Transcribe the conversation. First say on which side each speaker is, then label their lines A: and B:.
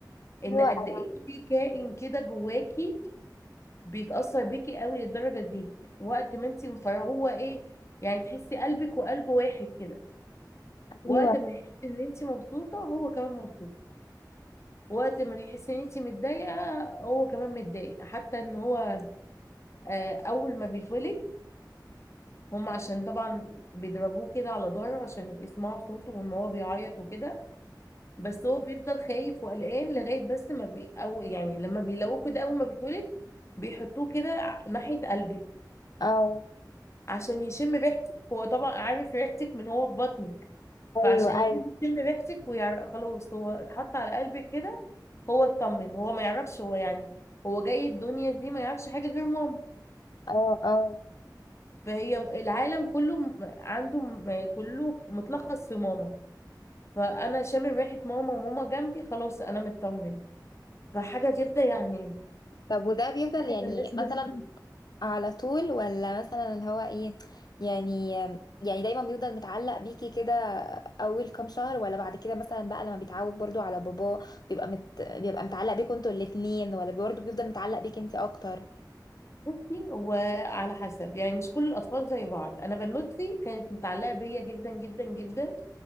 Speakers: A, on the left (about 40°); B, on the left (about 65°).
A: ان
B: ايوه
A: قد ايه في كائن كده جواكي بيتأثر بيكي قوي للدرجة دي وقت ما انت مفرغه هو ايه يعني تحسي قلبك وقلبه واحد كده وقت
B: ايوه
A: ما يحس ان انت مبسوطه هو كمان مبسوط وقت ما يحس ان انت متضايقه هو كمان متضايق حتى ان هو آه، اول ما بيتولد هم عشان طبعا بيضربوه كده على ظهره عشان يسمعوا صوته وان هو بيعيط وكده بس هو بيفضل خايف وقلقان لغايه بس ما بي او يعني لما بيلاقوه كده اول ما بيتولد بيحطوه كده ع- ناحيه قلبي
B: اه
A: عشان يشم ريحتك هو طبعا عارف ريحتك من هو في بطنك فعشان
B: ايوه
A: يبتدي
B: ايوه
A: يشم ريحتك ويعرف خلاص هو اتحط على قلبك كده هو اطمن هو ما يعرفش هو يعني هو جاي الدنيا دي ما يعرفش حاجة غير ماما
B: اه اه
A: فهي العالم كله م- عنده م- كله متلخص في ماما فأنا شامم ريحة ماما وماما جنبي خلاص أنا مطمن فحاجة كده يعني
B: طب وده بيفضل
A: حاجة
B: يعني
A: ملهاش
B: <laughs> مثلا
A: مثيل
B: على طول ولا مثلا اللي هو ايه يعني يعني دايما بيفضل متعلق بيكي كده اول كام شهر ولا بعد كده مثلا بقى لما بيتعود برضو على باباه بيبقى مت... بيبقى متعلق بيكوا انتوا الاتنين ولا برضو بيفضل متعلق بيكي انتي اكتر
A: بصي هو على حسب يعني مش كل الأطفال زي بعض أنا بنوتي كانت متعلقة بيا جدا جدا جدا